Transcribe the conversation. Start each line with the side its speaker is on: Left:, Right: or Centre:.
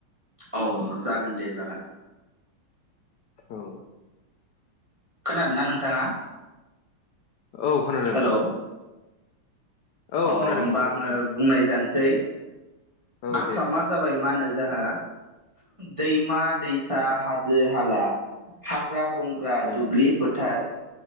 Right: औ जागोन दे जागोन
Left: औ।
Right: खोनादों ना नोंथाङा?
Left: औ खोनादों
Right: हेलौ
Left: नोंथां। औ
Right: अ
Left: खोनादों
Right: होमबा
Left: नोंथां
Right: आङो
Left: खोनादों
Right: बुंनाय जानोसै
Left: औ
Right: आसामा
Left: दे नोंथां
Right: जाबाय माहोनो, जाहा दैमा दैसा हाजो हाला हाग्रा बंग्रा
Left: उम
Right: दुब्लि फोथार